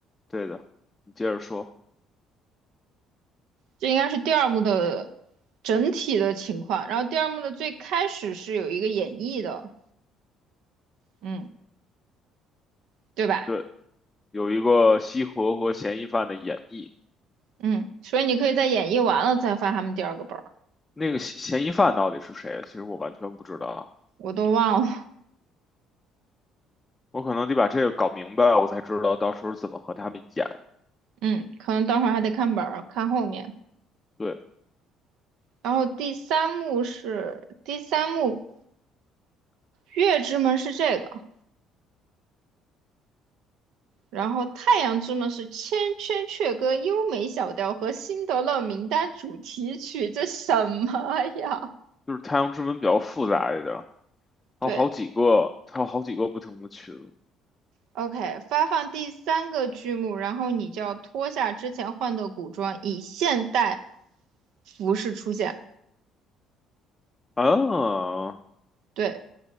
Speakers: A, on the left; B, on the right.
A: 对的，你接着说。
B: 这应该是第二幕的整体的情况。然后第二幕的最开始是有一个演绎的，嗯，对吧？
A: 对，有一个西河和嫌疑犯的演绎。
B: 嗯，所以你可以在演绎完了再发他们第二个本儿，
A: 那个嫌嫌疑犯到底是谁？其实我完全不知道啊，
B: 我都忘了。
A: 我可能得把这个搞明白，我才知道到时候怎么和他们演。
B: 嗯，可能等会儿还得看本儿，看后面。
A: 对，
B: 然后第三幕是第三幕，月之门是这个。然后《太阳之门》是《千千阙歌》优美小调和《辛德勒名单》主题曲，这什么呀？
A: 就是《太阳之门》比较复杂一点儿，
B: 对
A: 它有好几个，它有好几个不同的群。
B: ，OK，发放第三个剧目，然后你就要脱下之前换的古装，以现代服饰出现。
A: 啊，
B: 对，